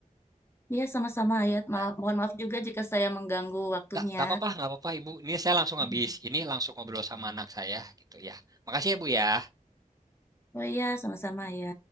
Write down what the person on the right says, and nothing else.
Ya,
Nggak nggak apa-apa, nggak apa-apa Ibu. Ini saya langsung
habis ini langsung ngobrol sama anak saya gitu ya. Makasih ya Bu ya.